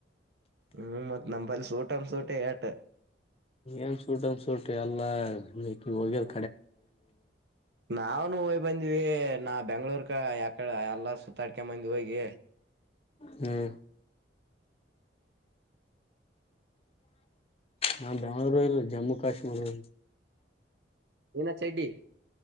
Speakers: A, on the right (about 65°); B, on the left (about 35°).
A: ಹ್ಮ್ ಮತ್ ನಪಲ್ಲಿ ಸೂಟಮ ಸೂಟ ಏಟ
B: ಏನ್ ಸೂಟ್ ಅನ್ಸೂಟ್ ಎಲ್ಲಾ ಹೋಗಿರ್
A: ನಾವನು ಹಯ್ ಬಂದಿವವಿ ನಾ ಬೆಂಗ್ಗಳೂರು ಅಕ್ಕ ಯಾಕಡೆ ಎಲ್ಲಾ ಸುತ್ತಾಡ್ಕ ಮಂದ ಹೋಗಿ
B: ಹ್ಮ್ ನಾ ಬೆಂಗ್ಳೂರು ಇಲ್ಲ ಜಮ್ಮು ಕಾಶ್ಮೀರ ಇ
A: ಏನ ಚೆಡಿ